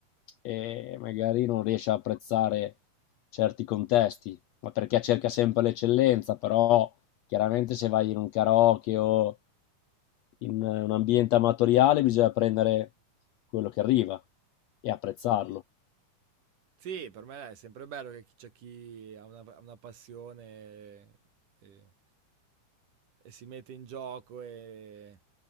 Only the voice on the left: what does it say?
e magari non riesce a apprezzare certi contesti, ma perché cerca sempre l'eccellenza, però chiaramente se vai in un karaoke o in un ambiente amatoriale bisogna prendere quello che arriva e apprezzarlo.